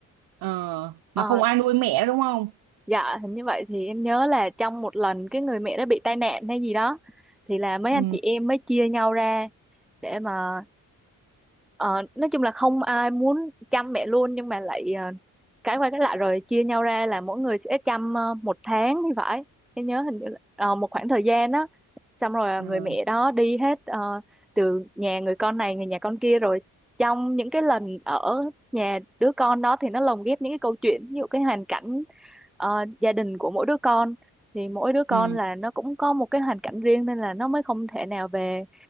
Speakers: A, on the right; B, in the centre.
A: Ờ,
B: Ờ,
A: mà không ai nuôi mẹ đúng không?
B: dạ hình như vậy thì em nhớ là trong một lần cái người mẹ đó bị tai nạn hay gì đó thì là mấy
A: Ừ.
B: anh chị em mới chia nhau ra để mà Ờ, nói chung là không ai muốn chăm mẹ luôn nhưng mà lại ờ, cái qua cái lại rồi chia nhau ra là mỗi người sẽ chăm ờ, một tháng thì phải em nhớ hình như là ờ, một khoảng thời gian đó xong rồi ờ,
A: Ừ.
B: người mẹ đó đi hết ờ, từ nhà người con này người nhà con kia rồi trong những cái lần ở nhà đứa con đó thì nó lồng ghép những cái câu chuyện ví dụ cái hoàn cảnh ờ, gia đình của mỗi đứa con thì mỗi đứa con
A: Ừ.
B: là nó cũng có một cái hoàn cảnh riêng nên là nó mới không thể nào về